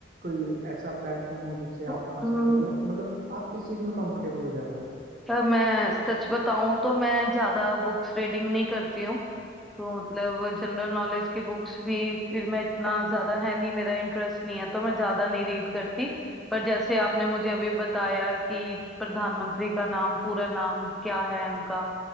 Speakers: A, on the right; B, in the centre.
A: कोई ऐसा प्लेटफॉर्म हो जिससे
B: तो
A: आप हासिल
B: अम,
A: करो मतलब आप किस चीज में कंफर्टेबल हो ज्यादा
B: पर मैं सच बताऊं तो मैं ज्यादा बुक्स रीडिंग नहीं करती हूँ तो मतलब जनरल नॉलेज की बुक्स भी फिर मैं इतना ज्यादा है नहीं मेरा इंटरेस्ट नहीं है तो मैं ज्यादा नहीं रीड करती पर जैसे आपने मुझे अभी बताया कि प्रधानमंत्री का नाम पूरा नाम क्या है उनका